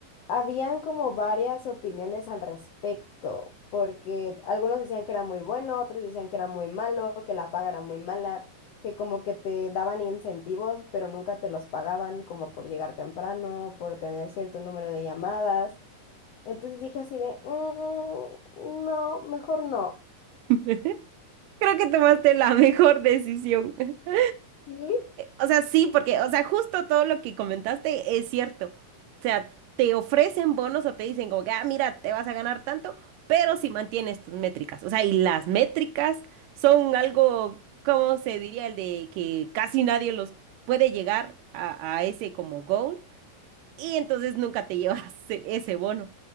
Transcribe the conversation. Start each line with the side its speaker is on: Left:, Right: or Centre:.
Left: habían como varias opiniones al respecto, porque algunos decían que era muy bueno, otros decían que era muy malo, que la paga era muy mala, que como que te daban incentivos, pero nunca te los pagaban, como por llegar temprano, por tener cierto número de llamadas. Entonces dije así de, "Mm, no, mejor no.
Right: <laughs> Creo que tomaste la mejor decisión. <laughs>
Left: ¿Sí?
Right: O sea, sí, porque, o sea, justo todo lo que comentaste es cierto. O sea, te ofrecen bonos o te dicen como que, ah, mira, te vas a ganar tanto, pero si mantienes tus métricas. O sea, y las métricas son algo, ¿cómo se diría? El de que casi nadie los puede llegar a, a ese como goal, y entonces nunca te <laughs> llevas e- ese bono.